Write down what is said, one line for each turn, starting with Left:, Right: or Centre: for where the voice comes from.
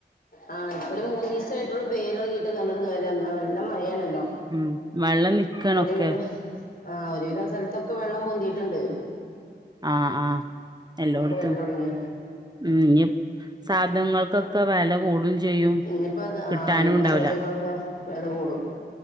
Left: ആഹ് ഇപ്പൊ ഒരു മൂന്ന് ദിവസായിട്ടുള്ളൂ പെയ്യല് തൊടങ്ങീട്ട് <unintelligible> നല്ല മഴാണ് ണ്ടോ
Right: ഉം വള്ളം നിക്കാണൊക്കെ
Left: ഒരുവിധം ആ ഒരുവിധം സ്ഥലത്തൊക്കെ വെള്ളം പൊന്തിട്ട്ണ്ട്
Right: ആഹ് ആ എല്ലോടത്തും
Left: വരൽ തുടങ്ങി
Right: ഉം ഇനി സാധനങ്ങൾക്കൊക്കെ വെല കൂടും ചെയ്യും
Left: ഇനിപ്പോ അത്
Right: കിട്ടാനും
Left: ആ ഇനി പച്ചക്കറികളൊക്കെ
Right: ഉണ്ടാവൂല
Left: വെല കൂടും